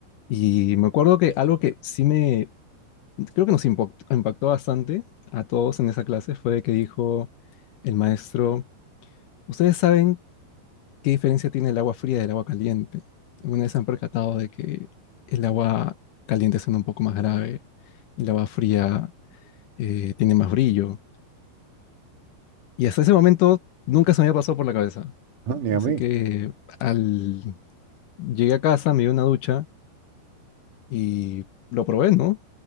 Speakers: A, on the left (about 70°); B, on the right (about 55°).
A: Y me acuerdo que algo que sí me, creo que nos impactó, impactó bastante a todos en esa clase fue que dijo el maestro, ¿ustedes saben qué diferencia tiene el agua fría del agua caliente? Alguna vez se han percatado de que el agua caliente suena un poco más grave, el agua fría eh, tiene más brillo. Y hasta ese momento nunca se me había pasado por la cabeza.
B: No, ni
A: Así
B: a mí.
A: que al llegué a casa, me di una ducha y lo probé, ¿no?